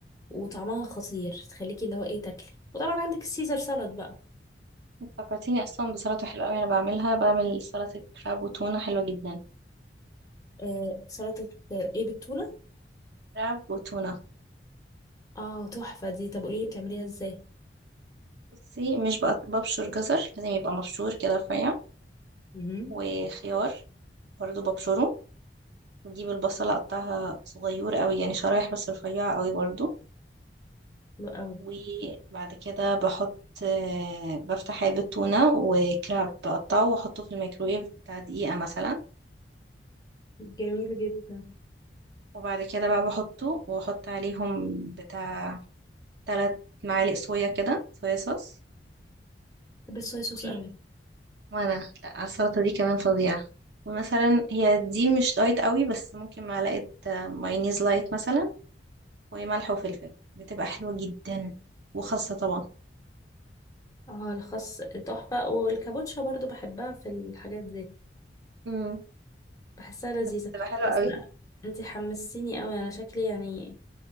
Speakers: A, on the left (about 20°); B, on the right (about 70°).
A: وطعمها خطير تخليكي اللي هو ايه تاكلي وطبعا عندك السيزر سلطة بقى
B: فكرتيني اصلا بسلطه حلوه قوي انا بعملها بعمل سلطه كراب وتونه حلوه جدا
A: آه سلطة ايه بالتونة
B: كراب وتونه
A: اه تحفة دي طب قوليلي بتعمليها ازاي
B: بصي مش بقط- ببشر جزر لازم يبقى مبشور كده رفيع
A: مهم.
B: وخيار برضه ببشره وأجيب البصلة أقطعها صغيرة قوي يعني شرايح بس رفيعة قوي برضه
A: حلو قوي
B: وبعد كده بحط آه، بفتح علبة تونة وكراب بقطعه واحطه في الميكرويف بتاع دقيقة مثلا
A: جميل جدا
B: وبعد كده بقى بحطه واحط عليهم بتاع تلات معالق صويا كده صويا صوص
A: بحب الصويا صوص
B: و...
A: قوي
B: وانا لا على السلطة دي كمان فظيعة ومثلا هي دي مش دايت قوي بس ممكن معلقة آه، مايونيز لايت مثلا وملح وفلفل بتبقى حلوة جدا وخاصة طبعا
A: اه الخس تحفة والكابوتشا برضو بحبها في الحاجات دي
B: امم
A: بحسها لذيذة
B: بس بتبقى حلوة
A: بس
B: قوي
A: لا انتي حمسيني قوي على شكلي يعني